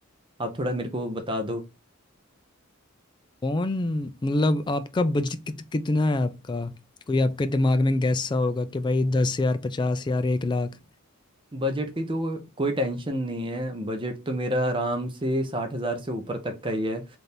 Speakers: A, on the right; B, on the left.
A: आप थोड़ा मेरे को बता दो
B: कौन मतलब आपका बजट कित, कितना है आपका कोई आपके दिमाग में गैस सा होगा कि भाई दस हजार पचास हजार एक लाख
A: बजट की तो कोई टेंशन नहीं है बजट तो मेरा आराम से साठ हज़ार से ऊपर तक का ही है